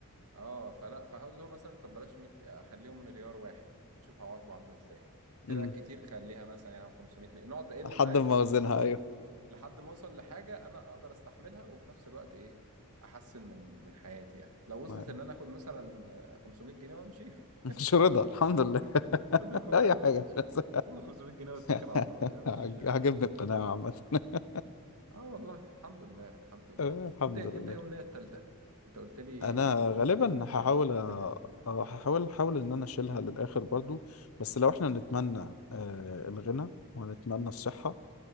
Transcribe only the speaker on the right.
اه فلا فهقول له مثلا طب بلاش 100 اخليهم مليار واحد نشوف عواقبه عامله ازاي طلع
كتير خليها مثلا يعني 500 مليون نقعد اقل
معاه
لحد ما اوصل لحاجه انا اقدر استحملها وفي نفس الوقت ايه احسن من من حياتي يعني لو وصلت
ان انا اخد مثلا 500 جنيه وامشي <laughs>
اخد
اخد
ال-
اخد
ال 500
اخد ال 500 جنيه واتكل
على الله يعني مش
مش طالبه
اه والله الحمد لله الحمد لله
انت انت
يوم النية التالتة انت قلت لي
فلوس
سلام